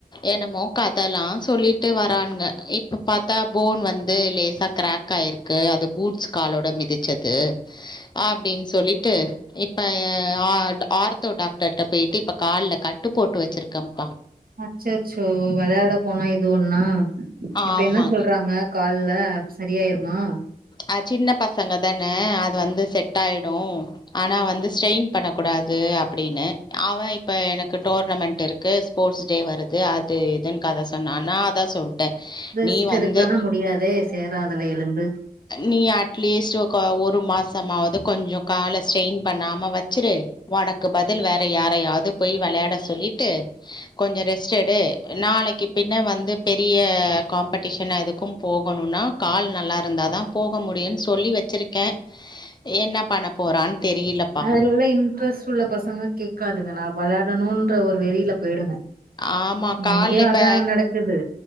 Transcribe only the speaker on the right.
அச்சச்சோ வெளையாட போனா இது ஒன்னா இப்ப
என்ன சொல்றாங்க கால்ல சரியாயிருமா
ரெஸ்ட்
எடுக்கலனா முடியாதே சேராதுல எலும்பு
அதுல உள்ள இன்ட்ரெஸ்ட் உள்ள பசங்க கேக்காதுங்க நா வெளையாடணுன்ற ஒரு வெறில போயிடுங்க
எங்கயோ
அதா நடக்குது